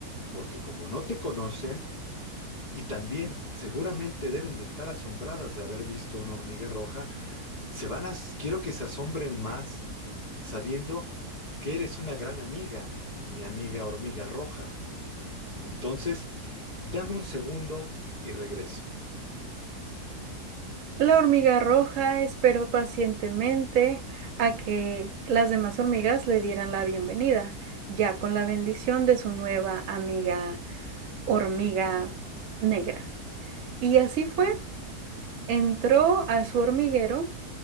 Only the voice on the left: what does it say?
porque como no te conocen, y también, seguramente deben de estar asombradas de haber visto una hormiga roja. Se van a, quiero que se asombren más, sabiendo que eres una gran amiga, mi amiga hormiga roja. Entonces, dame un segundo y regreso.